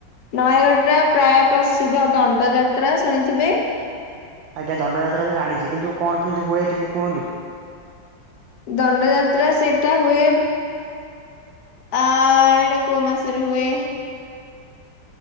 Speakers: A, on the left (about 60°); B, on the right (about 80°).
A: ନୟାଗଡ଼ଟା ପ୍ରାୟ ପ୍ରସିଦ୍ଧ ଦଣ୍ଡଯାତ୍ରା ଶୁଣିଥିବେ?
B: ଆଜ୍ଞା ଦଣ୍ଡଯାତ୍ରା ତ ଜାଣିଛି କିନ୍ତୁ କଣ କେମିତି ହୁଏ ଟିକେ କୁହନ୍ତୁ।
A: ଦଣ୍ଡଯାତ୍ରା ସେଇଟା ହୁଏ ଆଃ ଏଇଟା କୋଉ ମାସରେ ହୁଏ?